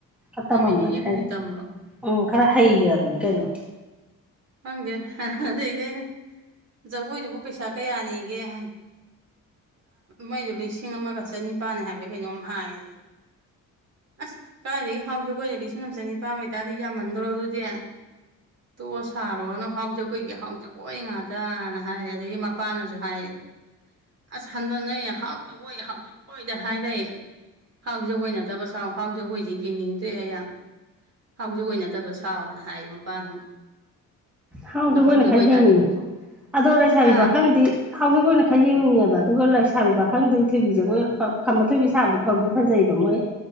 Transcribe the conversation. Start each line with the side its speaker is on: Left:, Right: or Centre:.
Centre: ꯈꯔ ꯇꯝꯃꯝꯕꯅꯦ
Right: ꯅꯨꯃꯤꯠ ꯅꯤꯅꯤ ꯍꯨꯝꯅꯤ
Centre: ꯍꯥꯏ
Right: ꯇꯝꯕ꯭ꯔꯣ
Centre: ꯎꯝ ꯈꯔ ꯍꯩꯈ꯭ꯔꯕꯅꯤ ꯀꯩꯅꯣ
Right: ꯈꯪꯗꯦ ꯑꯗꯩꯗꯤ ꯑꯩꯅ ꯖꯒꯣꯏꯗꯨꯕꯨ ꯄꯩꯁꯥ ꯀꯌꯥꯅꯦꯒꯦ ꯍꯥꯏ ꯃꯩꯗꯣ ꯂꯤꯁꯤꯡ ꯑꯃꯒ ꯆꯅꯤꯄꯥꯜꯅꯤ ꯍꯥꯏꯕ ꯀꯩꯅꯣꯝ ꯍꯥꯏꯌꯦ ꯑꯁ ꯀꯥꯏꯏꯗꯒꯤ ꯍꯥꯎꯖꯒꯅ ꯂꯤꯁꯤꯡ ꯑꯃ ꯆꯅꯤꯄꯥꯟ ꯑꯣꯏꯇꯥꯔꯗꯤ ꯌꯥꯝꯃꯟꯗ꯭ꯔꯣ ꯑꯗꯨꯗꯤ ꯇꯣꯁ ꯁꯥꯔꯣꯅ ꯍꯥꯎꯖ ꯀꯨꯣꯏꯒꯤ ꯍꯥꯎ ꯖꯒꯣꯏ ꯉꯥꯛꯇꯅ ꯍꯥꯏꯔꯦ ꯑꯗꯗꯒꯤ ꯃꯄꯥꯅꯁꯨ ꯍꯥꯏꯔꯦ ꯑꯁ ꯍꯟꯗꯅ ꯍꯥꯎꯆꯈꯣꯏ ꯍꯥꯎꯆꯈꯣꯏꯗ ꯍꯥꯏꯔꯛꯑ ꯍꯥꯎ ꯖꯒꯣꯏ ꯅꯠꯇꯕ ꯁꯥꯎ ꯍꯥꯎ ꯖꯒꯣꯏꯗꯤ ꯌꯦꯡꯅꯤꯡꯗ꯭ꯔꯦ ꯑꯩꯍꯥꯛ ꯍꯧꯥꯎꯖꯤꯛ ꯑꯣꯏꯅ ꯅꯠꯇꯕ ꯁꯥꯎꯅ ꯍꯥꯏ ꯃꯄꯥꯅ ꯑꯃꯨꯛ
Centre: ꯍꯥꯎꯗ
Right: ꯑꯗꯣ
Centre: ꯀꯣꯏꯅ
Right: ꯍꯥꯎꯖꯕ
Centre: ꯈꯥꯏꯖꯅꯤ
Right: ꯑꯣꯏꯇꯥꯔꯗꯤ ꯇꯣꯛꯊꯣꯛ
Centre: ꯑꯗꯣ ꯂꯩꯥꯏꯁꯥꯕꯤ
Right: ꯍꯥ
Centre: ꯄꯥ ꯈꯪꯗꯤ ꯍꯧꯖꯤꯛ ꯑꯣꯏꯅ ꯈꯔ ꯌꯦꯡꯅꯤꯡꯉꯦꯕ ꯑꯗꯨꯒ ꯂꯩꯥꯏꯁꯥꯕꯤ ꯄꯥꯈꯪꯗꯤ ꯊꯣꯏꯕꯤꯁꯦ ꯑꯩꯈꯣꯏ ꯈꯝꯕ ꯊꯣꯏꯕꯤ ꯁꯥꯕꯗꯣ ꯐꯕꯗꯤ ꯐꯖꯩꯕ ꯃꯣꯏ